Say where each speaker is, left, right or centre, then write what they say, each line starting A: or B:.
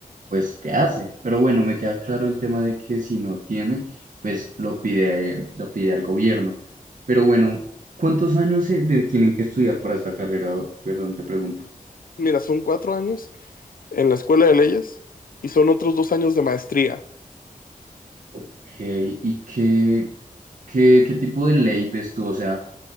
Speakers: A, on the right (about 65°); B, on the left (about 75°).
A: pues, ¿qué hace? Pero bueno, me queda claro el tema de que si no tiene, pues lo pide, lo pide al gobierno. Pero bueno, ¿cuántos años se de- tienen que estudiar para esta carrera? Perdón, te pregunto.
B: Mira, son cuatro años en la escuela de leyes y son otros dos años de maestría.
A: Ok, ¿y qué, qué, qué tipo de ley ves tú? O sea,